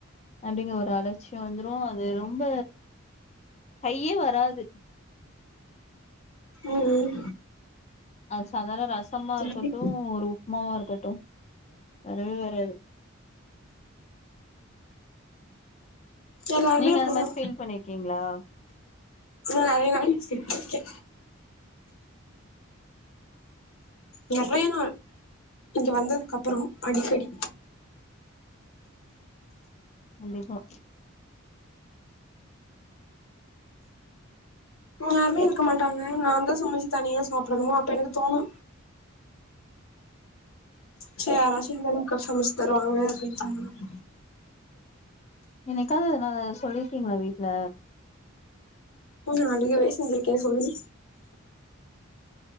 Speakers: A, on the left; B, on the left.
A: அப்டிங்கற ஒரு அலட்சியோ வந்துரு அது ரொம்ப ஹையே வராது
B: ம்
A: அது சாதாரண ரசமா
B: சரி
A: இருக்கட்டு ஒரு உப்புமாவா இருக்கட்டு வரவே வராது
B: எல்லாருமே
A: நீங்க
B: அப்டிதா
A: அந்த மாரி ஃபீல் பண்ணிருக்கீங்ளா
B: நா நெறைய ஃபீல் பண்ணிருக்கே நெறயா நாள் இங்க வந்ததுக்கு அப்பறோ அடிக்கடி
A: கண்டிப்பா
B: யாருமே இருக்க மாட்டாங்க நான்தா சமைச்சு தனியா சாப்டணு அப்ப எனக்கு தோணு சேர் <unintelligible> அக்கா சமச்சு தருவாங்கனு ஃபீல் பண்ணிர்கேன்
A: என்னைக்காது அது நா சொல்லி ருக்கிங்ளா வீட்ல
B: நா அழுகவே செஞ்சிருக்கே சொல்லி